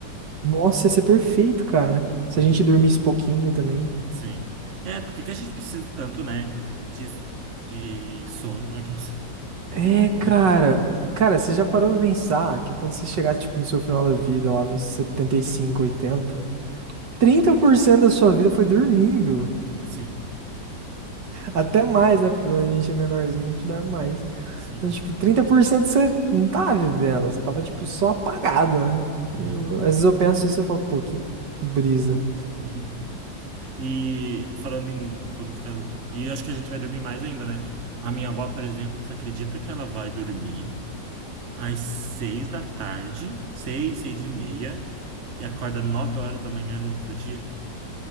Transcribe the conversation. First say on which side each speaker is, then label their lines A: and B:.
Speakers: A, on the right (about 75°); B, on the right (about 45°).
A: Nossa, ia ser perfeito, cara. Se
B: Hum,
A: a gente dormisse pouquinho também.
B: sim. É, porque que a gente precisa tanto, né? De, de sono. aqueles- <laughs>
A: É,
B: Poderia
A: cara.
B: ter.
A: Cara, você já parou pra pensar que quando você chegar, tipo, no seu final da vida, lá nos setenta e cinco, oitenta, trinta por cento da sua vida foi dormindo.
B: Sim,
A: Até mais, né? Porque quando a gente é menorzinho, a gente dorme mais.
B: sim.
A: Então, tipo, 30% você não tava vivendo, você tava, tipo, só apagado, né?
B: Uhum,
A: Eu, às vezes eu penso isso e eu falo, pô, que, que brisa.
B: uhum. E falando em quando fica. E acho que a gente vai dormir mais ainda, né? A minha avó, por exemplo, você acredita que ela vai dormir às seis da tarde, seis, seis e meia, e acorda nove horas da manhã no outro dia?